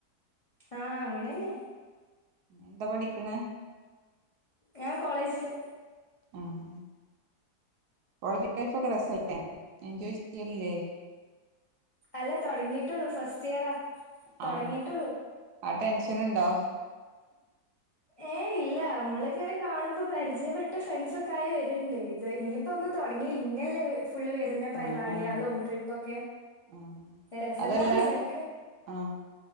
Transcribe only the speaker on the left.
ആഹ അങ്ങനെന്നെ
ഞാൻ കോളേജില്
അല്ല തുടങ്ങിയിട്ടുള്ളൂ ഫസ്റ്റ് ഫസ്റ്റ് ഇയർ ആ തുടങ്ങിട്ടുള്ളൂ
ഏ ഇല്ല നമ്മളക്ക ഇങ്ങനെ കാണുമ്പോ പരിചയപ്പെട്ട ഫ്രണ്ട്സ ഒക്കെ ആയി വരണ്ടേ <unintelligible> ഇനിയിപ്പോ ഒന്ന് തൊടങ്ങിയിൽ പിന്നെയല്ലേ ഇ ഫുള്ള് വെരുന്ന പരിപാടിയാളും
ട്രിപ്പൊക്കെ,
രസണ്ടാവും
വിചാരിക്കണ്.